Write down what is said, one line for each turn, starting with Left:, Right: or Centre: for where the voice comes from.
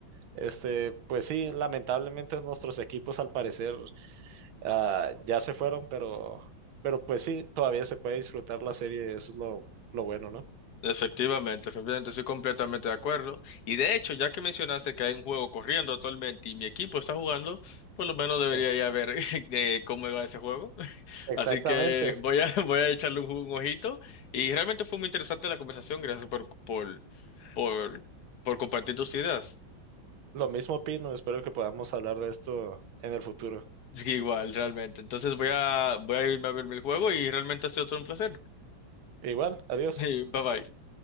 Right: Este, pues sí, lamentablemente nuestros equipos al parecer ah, ya se fueron, pero, pero pues sí, todavía se puede disfrutar la serie, eso es lo, lo bueno, ¿no?
Left: Efectivamente, efectivamente, estoy completamente de acuerdo. Y de hecho, ya que mencionaste que hay un juego corriendo actualmente y mi equipo está jugando, por lo menos debería
Right: Ah,
Left: ya ver <laughs> eh, cómo va ese juego. <laughs>
Right: Exactamente.
Left: Así que voy a, <laughs> voy a echarle un, un ojito. Y realmente fue muy interesante la conversación. Gracias por, por, por, por compartir tus ideas. <laughs>
Right: Lo mismo opino, espero que podamos hablar de esto en el futuro.
Left: Sí, igual, realmente. Entonces voy a, voy a irme a ver el juego y realmente ha sido todo un placer.
Right: Igual, adiós.
Left: <laughs> Bye bye.